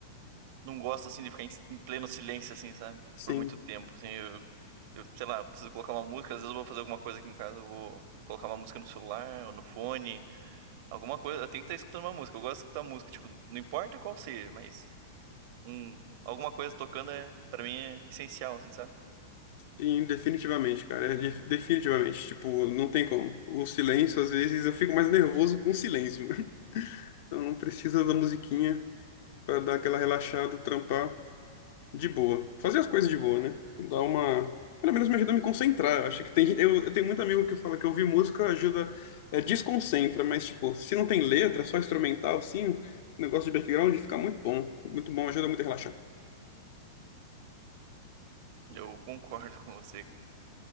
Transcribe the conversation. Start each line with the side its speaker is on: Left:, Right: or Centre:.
Right: não gosto, assim, de ficar em, em pleno silêncio, assim, sabe?
Left: Sim.
Right: Por muito tempo, assim. Eu, eu, sei lá, preciso colocar uma música. Às vezes eu vou fazer alguma coisa aqui em casa, eu vou colocar uma música no celular ou no fone. Alguma coisa, eu tenho que estar escutando uma música. Eu gosto de escutar música, tipo, não importa qual seja, mas um, alguma coisa tocando é, para mim é essencial, assim, sabe?
Left: Sim, definitivamente, cara. É de- Definitivamente. Tipo, não tem como. O silêncio, às vezes, eu fico mais nervoso com o silêncio. <laughs> Então, não precisa da musiquinha para dar aquela relaxada, trampar de boa. Fazer as coisas de boa, né? Dar uma. Pelo menos me ajuda a me concentrar. Eu Acho que tem. gente- Eu, eu tenho muito amigo que fala que ouvir música ajuda. É, desconcentra, mas, tipo, se não tem letra, só instrumental, assim, o negócio de background fica muito bom. Muito bom, ajuda muito a relaxar.
Right: Eu concordo <laughs> com você, cara.